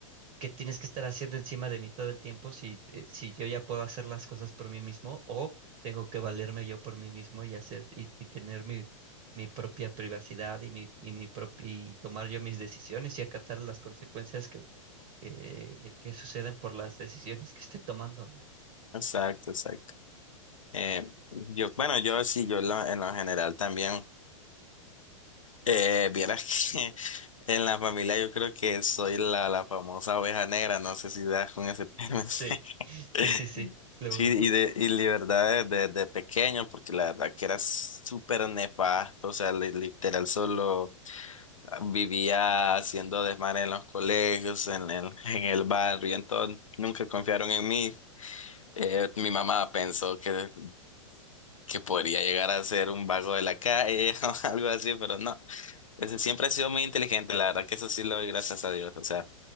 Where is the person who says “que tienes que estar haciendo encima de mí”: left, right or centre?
Right